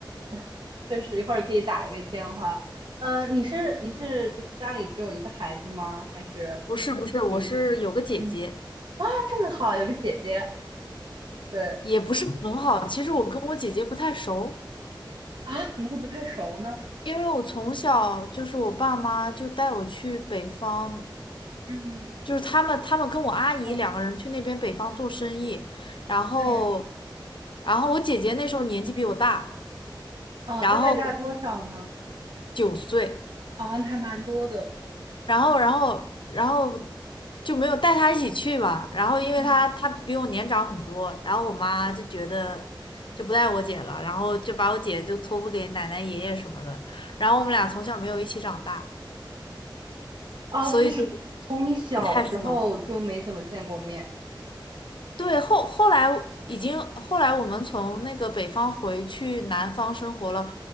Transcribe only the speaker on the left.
不是不是，我是有个姐姐，
也不是很好。其实我跟我姐姐不太熟，
因为我从小就是我爸妈就带我去北方，
就是他们他们跟我阿姨两个人去那边北方做生意，
然后
然后我姐姐那时候年纪比我大，
然后
九岁。
然后然后然后就没有带他一起去吧。然后因为他他比我年长很多，
然后我妈就觉得就不带我姐了，然后就把我姐就托付给奶奶爷爷什么的。然后我们俩从小没有一起长大，
所以就
不太熟。对，后后来已经后来我们从那个北方回去南方生活了，